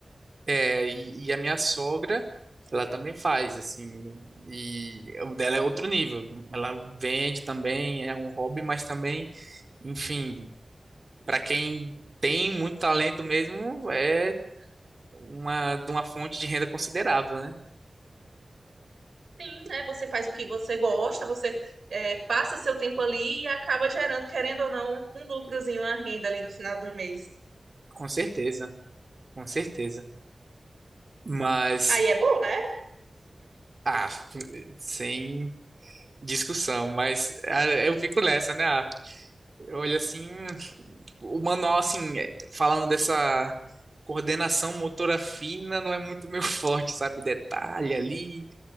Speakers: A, on the right; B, on the right.
A: é, e, e a minha sogra, ela também faz, assim, e o dela é outro nível. Ela vende também, é um hobby, mas também, enfim, para quem tem muito talento mesmo, é uma, de uma fonte de renda considerável, né?
B: Sim, né? Você faz o que você gosta, você é, passa seu tempo ali e acaba gerando, querendo ou não, um lucrozinho, uma renda ali no final do mês.
A: Com certeza, com certeza. Mas,
B: Aí é bom, né?
A: ah, sem discussão, mas ah, eu fico nessa, né? Ah, eu olho assim, o manual, assim, é, falando dessa coordenação motora fina, não é muito meu <laughs> forte, sabe? Detalhe ali,